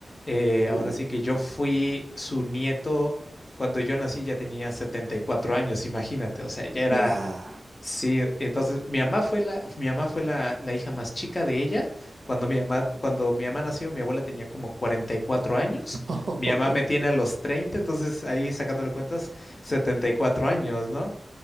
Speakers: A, on the left; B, on the right.
A: Eh, ahora
B: Uh,
A: sí que yo fui su nieto cuando yo nací ya tenía 74 años, imagínate, o sea, ya era
B: claro.
A: Sí, entonces mi mamá fue la, mi mamá fue la, la hija más chica de ella. Cuando mi mamá, cuando mi mamá nació, mi abuela tenía como 44 años.
B: <laughs>
A: Mi mamá me tiene a los 30, entonces ahí sacándole cuentas, 74 años, ¿no?